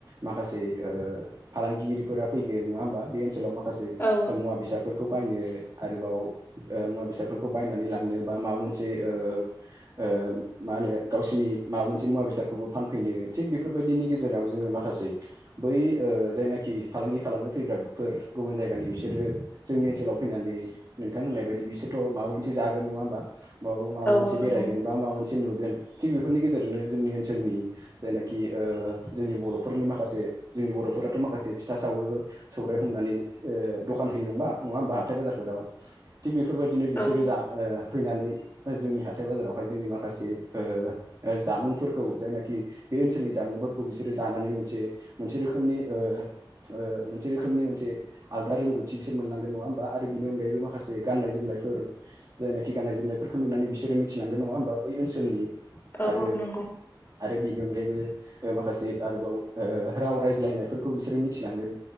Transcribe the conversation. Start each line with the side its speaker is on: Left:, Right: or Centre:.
Right: माखासे ओ फालांगिरिफोरा फैगोन नङा होमबा बे ओनसोलाव माखासे माखासे
Left: औ
Right: ओ मुवा बेसादफोरखौ बायनो आरोबाव ओ मुवा बेसादफोरखौ बायनानै लांनो बा माबा मोनसे ओ ओ माहोनो गावसिनि माबा मोनसे मुवा बेसादखौबो फानफैनो थिग बेफोरबायदिनि गेजेराव जोङो मा माखासे बै ओ जायनाखि फालांगि खालामनो फैग्राफोर गुबुन जायगानि बिसोरो जोंनि ओनसोलाव फैनानै नोंथां होननाय बायदि बिसोरथ' माबा मोनसे जागोन नङा होमबा। माबा माबा
Left: औ
Right: मोनसे
Left: औ नंगौ
Right: बेरायगोन बा माबा मोनसे नुगोन थिग बेफोरनि गेजेरजोंनो जोंनि ओनसोलनि जायनाखि ओ जोंनि बर'फोरनि माखासे जोंनि बर'फोराथ' माखासे फिथा सावो सौराय हमनानै जों ओ दखान होयो नंङा होमबा नङा होमबा हाथाय बाजारफोराव थिग बेफोरबायदिनो बिसोरो
Left: औ
Right: जा ओ फैनानै ओ जोंनि हाथाय बाजारावहाय जोंनि माखासे ओ ओ जामुंफोरखौ जायनाखि बे ओनसोलनि जामुंफोरखौ बिसोरो जानानै मोनसे मोनसे रोखोमनि ओ ओ मोनसे रोखोमनि मोनसे आलदा रोंगौथि बिसोर मोनलांगोन नङा होमबा आरो बिनि अनगायैबो माखासे गाननाय जोमनायफोर जायना खि गाननाय जोमनायफोरखौ नुनानै बिसोरो मिथिलांगोन नङा होमबा बै ओनसोलनि
Left: औ
Right: आरो।
Left: औ नंगौ
Right: आरो बिनि अनगायैबो ओ माखासे आरोबाव ओ राव रायज्लायनायफोरखौ बिसोरो मिथिलांगोन।